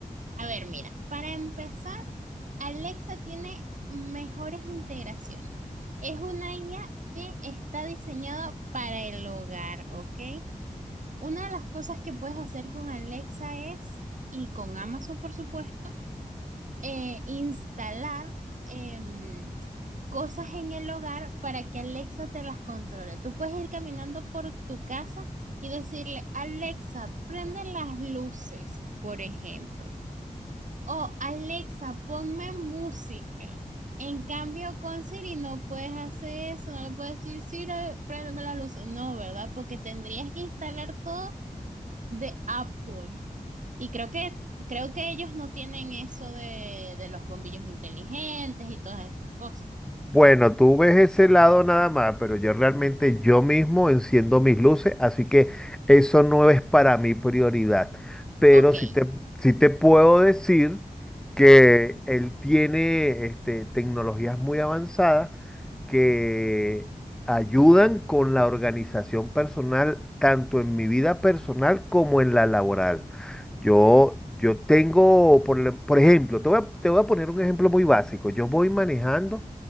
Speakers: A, on the right; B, in the centre.
A: A ver, mira, para empezar, Alexa tiene mejores integraciones. Es una IA que está diseñada para el hogar, ¿ok? Una de las cosas que puedes hacer con Alexa es, y con Amazon por supuesto, eh, instalar em, cosas en el hogar para que Alexa te las controle. Tú puedes ir caminando por tu casa y decirle, Alexa, prende las luces, por ejemplo. O Alexa, ponme música. En cambio, con Siri no puedes hacer eso, no le puedes decir, Siri, prende las luces. No, ¿verdad? Porque tendrías que instalar todo de Apple. Y creo que, creo que ellos no tienen eso de, de los bombillos inteligentes y todas estas cosas.
B: Bueno, tú ves ese lado nada más, pero yo realmente yo mismo enciendo mis luces, así que eso no es para mí prioridad. Pero
A: Ok,
B: sí te, sí te puedo decir que él tiene este, tecnologías muy avanzadas que ayudan con la organización personal, tanto en mi vida personal como en la laboral. Yo, yo tengo, por, la- por ejemplo, te voy a, te voy a poner un ejemplo muy básico. Yo voy manejando.